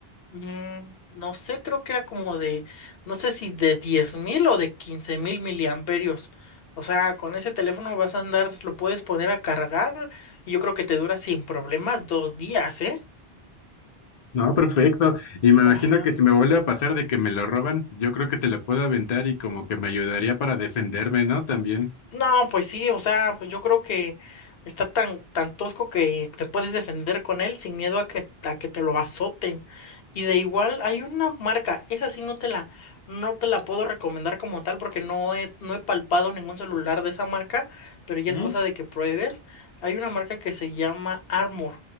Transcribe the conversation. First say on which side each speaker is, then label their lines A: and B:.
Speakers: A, on the left; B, on the left.
A: mm, no sé, creo que era como de, no sé si de 10.000 o de 15.000 miliamperios. O sea, con ese teléfono vas a andar, lo puedes poner a cargar y yo creo que te dura sin problemas dos días, ¿eh?
B: No, perfecto. Y me imagino
A: Ajá.
B: que si me vuelve a pasar de que me lo roban, pues yo creo que se lo puedo aventar y como que me ayudaría para defenderme, ¿no? También.
A: No, pues sí, o sea, pues yo creo que está tan, tan tosco que te puedes defender con él sin miedo a que, a que te lo azoten. Y de igual hay una marca, esa sí no te la, no te la puedo recomendar como tal porque no he, no he palpado ningún celular de esa marca, pero ya
B: Mm,
A: es cosa de que pruebes. Hay una marca que se llama Armor,